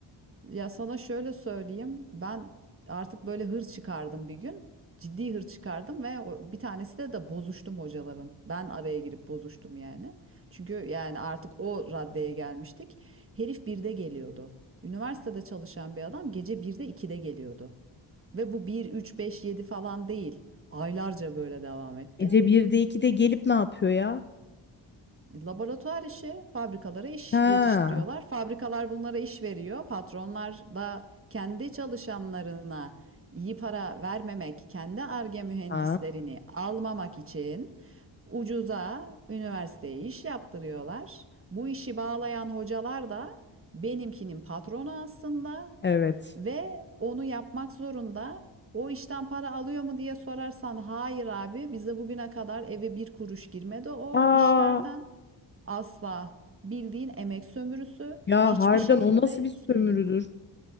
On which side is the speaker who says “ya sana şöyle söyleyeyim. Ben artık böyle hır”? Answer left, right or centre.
Right